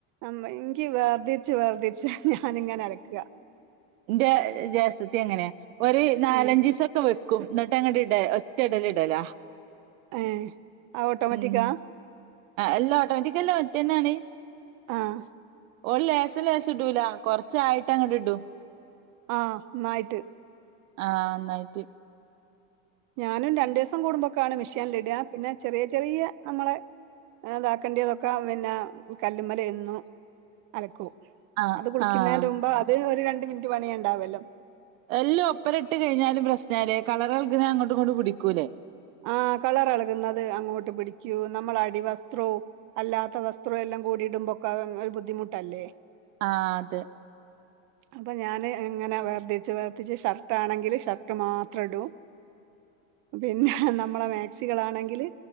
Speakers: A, on the right; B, on the right.
A: അമ്മ എങ്കി വേർദിച്ച് വേർദിച്ച് ഞാനിങ്ങനെ അലക്ക
B: ഇന്റെജേഷ്ട്ടത്തി അങ്ങനെഒര് നാലഞ്ചിസം
A: ആഹ്
B: സം വെക്കും ന്നട്ട് അങ്ങട് ഇട ഒറ്റഇടല് ഇടല.
A: ഏഹ് ആഹ് ഓട്ടോമാറ്റിക്കാ
B: ഉം എല്ലാ ഓട്ടോമാറ്റിക്കല്ലമറ്റേന്നാണ്.
A: ആഹ്
B: ഓൾ ലേശം ലേശംഇടൂല കുറച്ചായിട്ട് അങ്ങട്ട്ഇടും.
A: ആഹ് ന്നായിട്ട്.
B: ആഹ് ഒന്നായ്റ്റ്
A: ഞാനുംരണ്ടുദിസം കൂടുമ്പോക്കെയാണ് മിഷ്യനില് ഇടാ പിന്നെചെറിയ, ചെറിയ ന്നമ്മളെ അതാക്കേണ്ടിതൊക്കെ പിന്നെ കല്ലുമ്മലേന്നു അലക്കും.
B: ആഹ്
A: അത് കുളിക്കുന്നതെന്റെ
B: ആഹ്
A: അത് ഒര് രണ്ട് മിനിറ്റ് പണിയേഇണ്ടാവല്ലോ?
B: എല്ലോം ഒപ്പരഇട്ട് കഴിഞ്ഞാലും പ്രശ്നലേ കളർഅൾക്നെ അങ്ങോട്ടുംങ്ങോട്ട് പിടിക്കൂലേ?
A: ആഹ് കളർളകുന്നത് അങ്ങോട്ട്പിടിക്കൂ ന്നമ്മളെ അടിവസ്ത്രോം. അല്ലാത്ത വസ്ത്രോം എല്ലാം കൂടിടുമ്പൊക്കെഅഹ് ഒര്ബുദ്ധിമുട്ടല്ലേ?
B: ആഹ് അതെ
A: അപ്പഞാന് ഇങ്ങനെ വേർതിരിച്ച് വേർതിരിച്ച് ഷർട്ടാണെങ്കിൽ ഷർട്ട് മാത്രംഇടും പിന്നെന്നമ്മളെ മാക്സികളാണെങ്കില്